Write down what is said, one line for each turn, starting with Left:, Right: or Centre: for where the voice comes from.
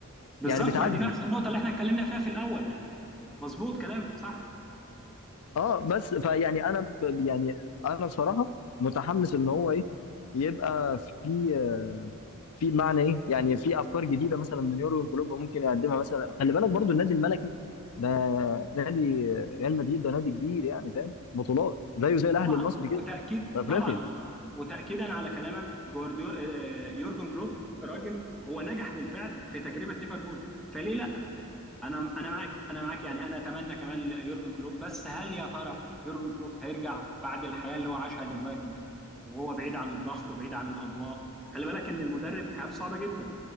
Centre: بالظبط
Left: يعني بتعدي
Centre: ما دي نفس النقطه اللي احنا اتكلمنا فيها في الاول مظبوط كلامك صح
Left: اه بس فيعني انا ب- يعني انا بصراحه متحمس ان هو ايه يبقى في آه، في معنى ايه يعني في افكار جديده مثلا من يورجن كلوب ممكن يقدمها مثلا خلي بالك برضو النادي الملكي ده نادي ريال مدريد ده نادي كبير يعني فاهم بطولات زيه زي الاهلي
Centre: طبعا
Left: المصري كده
Centre: وتاكيد
Left: في افريقيا
Centre: طبعا وت- وتاكيدا على كلامك جوارديو آه، يورجن كلوب راجل هو نجح بالفعل في تجربه ليفربول فليه انا انا معاك انا معاك يعني انا اتمنى كمان ليورجن كلوب بس هل يا ترى يورجن كلوب هيرجع بعد الحياه اللي هو عاشها دلوقتي وهو بعيد عن الضغط وبعيد عن الاضواء خلي بالك ان المدرب حياته صعبه جدا